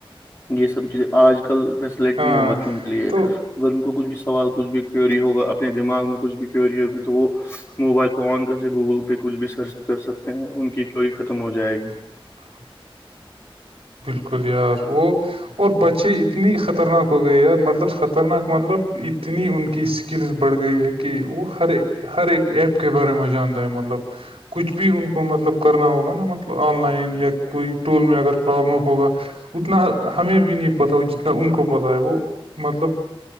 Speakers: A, on the left; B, on the right.
A: یہ سب چیزیں آج کل فیسلٹی
B: ہاں
A: ہیں بچوں کے لیے
B: تو
A: اگر ان کو کچھ بھی سوال کچھ بھی کیوری ہوگا اپنے دماغ میں کچھ بھی کیوری ہوگی تو وہ موبائل کو آن کر کے گوگل پہ کچھ بھی سرچ کر سکتے ہیں ان کی کیوری ختم ہو جائے گی
B: <inaudible> بالکل یار وہ اور بچے اتنی خطرناک ہو گئے مطلب خطرناک مطلب اتنی ان کی کریز بڑھ گئی ہے کہ وہ ہر ہر ایک ایپ کے بارے میں جاننا ہے مطلب کچھ بھی ان کو مطلب کرنا ہوگا نا مت آن لائن یا کوئی ٹول میں اگر پرابلم ہوگا اتنا ہمیں بھی نہیں پتا وہ جتنا ان کو پتا ہے وہ مطلب